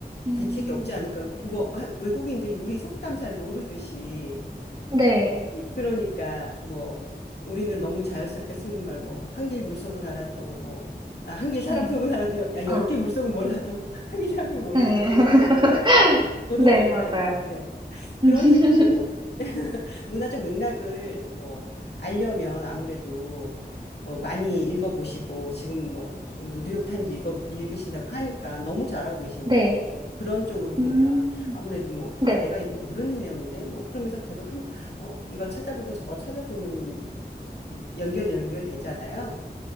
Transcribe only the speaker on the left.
대책이 없지 않을까. 뭐 하- 외국인들이 우리 속담 잘 모르듯이
그러니까 뭐 우리는 너무 자연스럽게 쓰는 말 뭐 한길 물속은 알아도 뭐 아, 한길 사람
속은 알아도 야, 열길
물속은 몰라도 <laughs> 한길 사람 속은 모른다
뭐
이런 말들 저도
좀 헷갈리네요.
예.
그런 식으로 문화적 맥락을 뭐 알려면 아무래도 어, 많이 읽어보시고 지금 뭐, 뭐 뉴욕타임즈 읽어, 읽으신다고 하니까 너무 잘하고 계신
것 같아요. 뭐 그런 쪽으로 보면
아무래도 뭐,
아, 내가 이건 모르는 내용인데 뭐 그러면서 계속 한, 어, 이거 찾아보고 저거 찾아보는 연결 연결되잖아요.